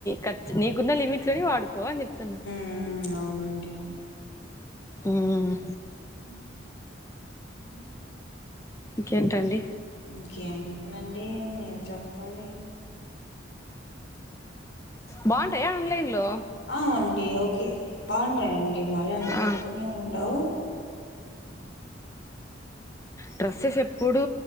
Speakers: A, on the left; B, on the left.
A: ఖర్చ్ నీకున్న లిమిట్ లోనె వాడు కో అన్ చెప్తున్న
B: ఊమ్ అవునండి అవున్
A: ఊఉహ్మ్
B: ఉం ఉమ్
A: ఇంకేంటండి
B: ఇంకేముంటుందండి మీరు చెప్పాలి
A: బావుంటయా ఆన్లైన్ లో
B: అ అండి ఓకే బాగుంటాయిండి మరీ అంత పెద్దగేం
A: ఆ
B: ఉండవ్
A: డ్రెస్సెస్ ఎప్పుడుూ